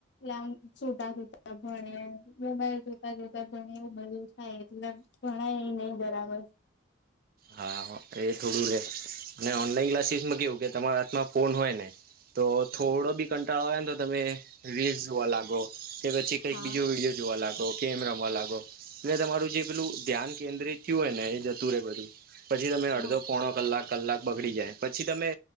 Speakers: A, on the left (about 60°); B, on the right (about 45°).
A: લે આમ સૂતા સૂતા ભણે બ મોબાઇલ જોતા જોતા ભણે એવું બધું થાય એટલે, ભણાય એ નહી બરાબર!
B: હા એ થોડું રે અને ઓનલાઈન ક્લાસીસમાં કેવું કે તમારા હાથમાં ફોન હોય ને તો થોડો બી, કંટાળો આવેન તો તમે રીલ્સ જોવા લાગો, કે પછી કઈક
A: હા
B: બીજો વિડીયો જોવા લાગો, ગેમ રમવા લાગો. તે તમારું જે પેલું ધ્યાન કેન્દ્રિત થયું હોય ને એ જતું રે બધું. પછી તમે
A: હા
B: અડધો પોણો કલાક કલાક બગડી જાય પછી તમે